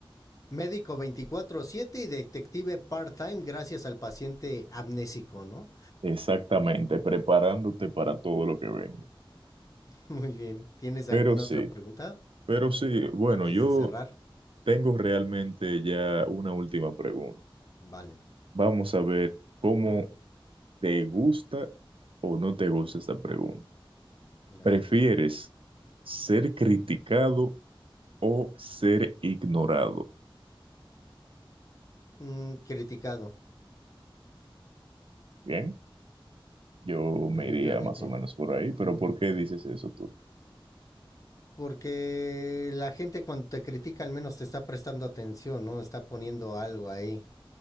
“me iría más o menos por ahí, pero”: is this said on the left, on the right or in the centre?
Right